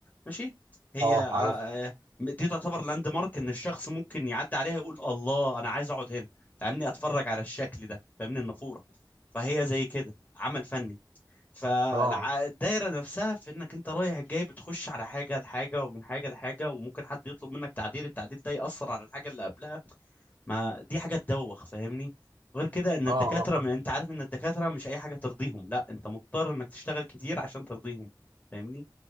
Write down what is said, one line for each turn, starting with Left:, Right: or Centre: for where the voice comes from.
Left: ماشي هي
Right: اه
Left: آه،
Right: عارف
Left: آه، دي تعتبر لاند مارك ان الشخص ممكن يعدي عليها يقول الله انا عايز اقعد هنا فاهمني اتفرج على الشكل ده فاهمني النافوره فهي زي كده عمل فني فالدايره
Right: اه
Left: نفسها في انك انت رايح جاي بتخش على حاجه لحاجه ومن حاجه لحاجه وممكن حد يطلب منك تعديل التعديل ده ياثر على الحاجه اللي قبلها ما دي حاجه تدوخ فاهمني غير كده ان
Right: اه
Left: الدكاتره
Right: اه فاهم.
Left: ما انت عارف ان الدكاتره مش اي حاجه ترضيهم لا انت مضطر انك تشتغل كتير عشان ترضيهم فاهمني